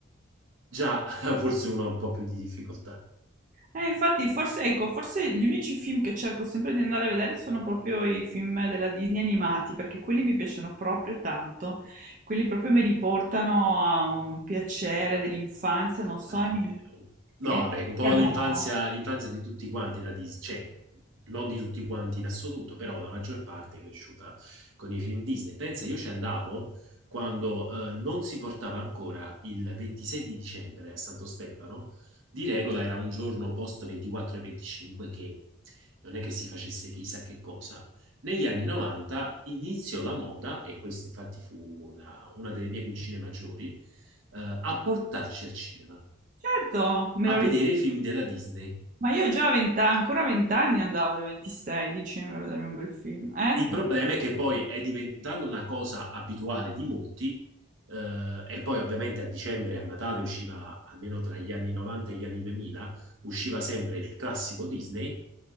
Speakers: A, on the right; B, on the right.
A: Già, <laughs> forse uno ha un po' più di difficoltà.
B: Eh, infatti, forse, ecco, forse gli unici film che cerco sempre di andare a vedere sono proprio i film della Disney animati, perché quelli mi piacciono proprio tanto. Quelli proprio mi riportano a un piacere dell'infanzia, non so,
A: Vabbè,
B: e mi,
A: oh, no,
B: e
A: vabbè, un po'
B: mi adoro.
A: l'infanzia, l'infanzia di tutti quanti la Disney, cioè non di tutti quanti in assoluto, però la maggior parte è cresciuta con i film Disney. Pensa, io ci andavo quando eh, non si portava ancora il 26 di dicembre a Santo Stefano, di regola era un giorno post 24 e 25 che non è che si facesse chissà che cosa. Negli anni 90 iniziò la moda, e questa infatti fu una, una delle mie cugine maggiori, eh, a portarci al cinema
B: Certo, me
A: a
B: lo
A: vedere
B: ricordo.
A: i film della Disney.
B: Ma io già a 20 ancora a 20 anni andavo, il 26, dicevo, a vedermi un bel film. Eh?
A: Il problema è che poi è diventando una cosa abituale di molti, eh, e poi ovviamente a dicembre e a Natale usciva, almeno tra gli anni 90 e gli anni 2000, usciva sempre il classico Disney.